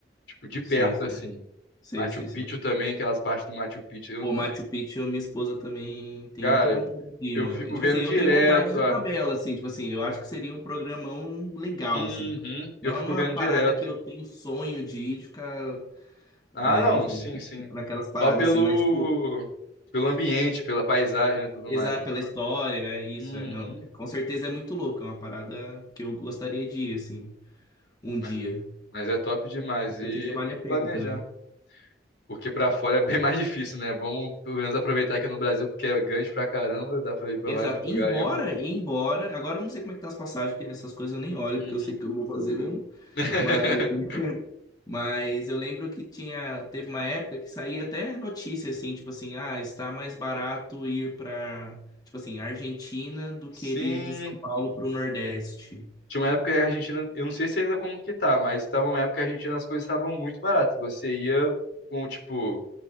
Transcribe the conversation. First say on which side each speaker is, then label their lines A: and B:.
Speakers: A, on the left (about 70°); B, on the left (about 20°).
A: Tipo, de
B: Sei,
A: perto,
B: sei.
A: assim.
B: Sei,
A: Machu
B: sei,
A: Picchu
B: sei.
A: também, aquelas partes do Machu Picchu. Eu-
B: Pô, Machu
A: eu-
B: Picchu, minha esposa também tem
A: cara,
B: muita vontade
A: eu,
B: de
A: eu
B: ir, mano.
A: fico
B: E, tipo
A: vendo
B: assim, eu
A: direto.
B: tenho vontade de
A: ah,
B: tabela, assim, tipo assim, eu acho que seria um programão legal,
A: Uhum,
B: assim.
A: eu
B: Não
A: fico
B: é uma
A: vendo direto.
B: parada que eu tenho sonho de ir, de ficar,
A: Ah,
B: é,
A: não,
B: enfim,
A: sim, sim.
B: naquelas paradas
A: Só pelo,
B: assim, mas, tipo,
A: pelo ambiente, pela paisagem e tudo
B: pesar
A: mais.
B: pela história, é isso,
A: Uhum.
B: é, não. Com certeza é muito louco, é uma parada que eu gostaria de ir, assim, um
A: Mas,
B: dia.
A: mas é top demais.
B: Com
A: E
B: certeza vale
A: tem
B: a
A: que
B: pena
A: planejar.
B: também.
A: Porque pra fora é bem mais difícil, né? Vamos pelo menos aproveitar aqui no Brasil, porque é grande pra caramba, dá pra ir pra
B: Exato.
A: vários lugares
B: Embora,
A: ainda.
B: embora, agora eu não sei como é que tá as passagens, porque nessas coisas eu nem olho,
A: Uhum.
B: porque eu sei que eu não vou fazer mesmo.
A: <laughs>
B: Mas, <laughs> mas eu lembro que tinha, teve uma época que saía até notícia assim, tipo assim, ah, está mais barato ir para, tipo assim, Argentina do
A: Sim.
B: que ir de São Paulo para o Nordeste.
A: Tinha uma época que a Argentina, eu não sei se ainda como que tá, mas tava uma época que a Argentina as coisas estavam muito baratas. Você ia com, tipo,